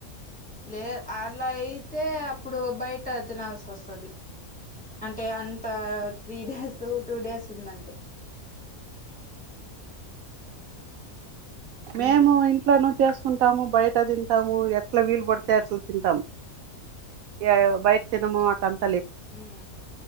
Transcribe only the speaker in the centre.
లే అట్ల అయితే అప్పుడు బయట తినాల్సి వస్తది అంటే అంత త్రీ డేస్ టూ డేస్ ఉందంటే
ఉమ్
మ్